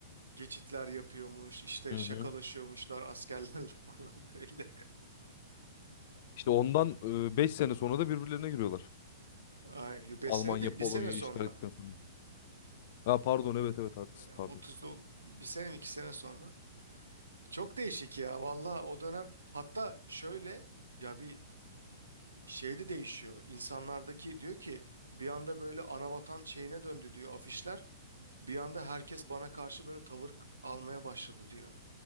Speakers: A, on the right; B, on the left.
A: geçitler yapıyormuş, işte
B: Hı
A: şakalaşıyormuşlar
B: hı.
A: askerlerle <laughs> falan böyle.
B: İşte ondan e, 5 sene sonra da birbirlerine giriyorlar.
A: Ay, besene
B: Almanya
A: değil
B: Polonya'yı
A: bir sene sonra.
B: işgal ettikten sonra. Ha pardon evet evet haklısın
A: Ya
B: pardon.
A: 30'da bir sene mi iki sene sonra. Çok değişik ya valla o dönem hatta şöyle ya bir şey de değişiyor insanlardaki diyor ki bir anda böyle anavatan şeyine döndü diyor afişler bir anda herkes bana karşı böyle tavır almaya başladı diyor